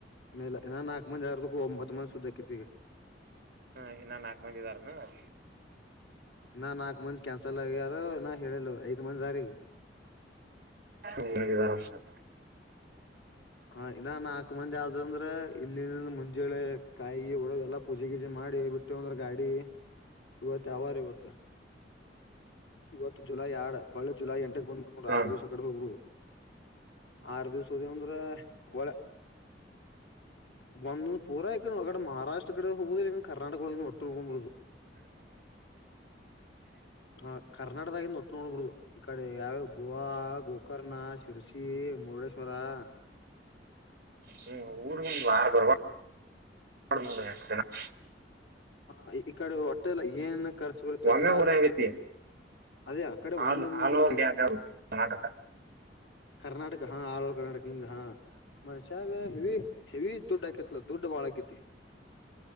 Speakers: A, on the left; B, on the right.
A: ಇನ್ನ ಇಲ್ಲ ಇನ್ನ ನಾಕ ಮಂದಿ ಆಗ್ಬೇಕು ಒಂಬತ್ತ ಮಂದಿ ಸುದ್ದ ಅಕ್ಕೆತ್ ಈಗ.
B: ಹಾ ಇನ್ನ ನಾಕ ಮಂದಿ ಇದಾರ ಏನ್.
A: ಇನ್ನ ನಾಕ ಮಂದಿ ಕ್ಯಾನ್ಸಲ್ ಆಗ್ಯಾರ ಇನ್ನ್ ಹೇಳಿಲ್ಲ ಐದ್ ಮಂದಿ ಅದಾರ ಈಗ್.
B: ಅಯ್ಯೋ ಶಭಾಷ್.
A: ಹ ಇನ್ನ ನಾಕ ಮಂದಿ ಆದು ಅಂದ್ರ ಇಲ್ಲಿನ ಹಿಡಿದು ಮುಂಜಳೆ ಕಾಯಿ ಗಿಯಿ ಹೊಡೋದ ಎಲ್ಲಾ ಪೂಜೆ ಗೀಜೆ ಮಾಡಿ ಬಿಟ್ಟುವ ಅಂದ್ರ ಗಾಡಿ ಇವತ್ತು ಯಾವಾರ ಇವತ್ತ ಇವತ್ತ ಜುಲೈ ಯಾಡ್ ಹೊಳ್ಳೆ ಜುಲೈ ಎಂಟಕ್ ಬಂದ್ಬಿ ನೋಡ್
B: ಹ್ಮ್
A: ಆರ ದಿವ್ಸ ಅಕಡೆ ಹೋಗ್ಬಿಡುದ. ಆರ ದಿವ್ಸ ಹೋದೆವ್ ಅಂದ್ರ ಒಳೆ ಒಂದೊಂದು ಪೂರಾ ಇಕಡ್ ಒಗಡ ಮಹಾರಾಷ್ಟ್ರ ಕಡೆ ಹೋಗೋದಿಲ್ಲ್ ಕರ್ನಾಟಕ ಒಳಗಿನ ಹೋ ಬಂದ್ಬಿಡೋದ ಹಾ ಕರ್ನಾಟಕದಾಗಿಂದ ಒಟ್ಟು ನೋಡ್ಬಿಡುದ ಈ ಕಡೆ ಯಾವ್ಯಾವ ಗೋವಾ ಗೋಕರ್ಣ ಶಿರ್ಸಿ ಮುರುಡೇಶ್ವರ. ಹಾ
B: ಹ್ಮ್ ಊರುಗ ಒಂದು ವಾರ ಬರ್ಬೆಕ್ <unintelligible>
A: ಹ ಈ ಇಕಡೆ ಒಟ್ಟೆಲ್ಲ ಏನ್ ಏನ್ ಖರ್ಚ ಬರುತ್ತ
B: ಒಮ್ಮೆ
A: ಎಲ್ಲಾ
B: ಹೋದಂಗೈತಿ
A: ಅದೇ ಆ ಕಡೆ ಒಮ್ಮಂದಿ
B: ಆಲ್
A: ಒಮ್ಮಲೆಗೆ
B: ಆಲ್
A: ಹೋಗ್ಬಿಡಬೇಕ.
B: ಓವರ್ ಇಂಡಿಯಾ ಕರ್ನಾಟಕ
A: ಕರ್ನಾಟಕ ಹಾ ಆಲ್ ಓವರ್ ಕರ್ನಾಟಕ ಹಿಂಗ್ ಹಾ ಮನಷ್ಯಾಗ್ ಹೆವಿ ಹೆವಿ ದುಡ್ ಆಕ್ಕೆತ್ಲ ದುಡ್ಡ ಭಾಳ ಆಕ್ಕೆತಿ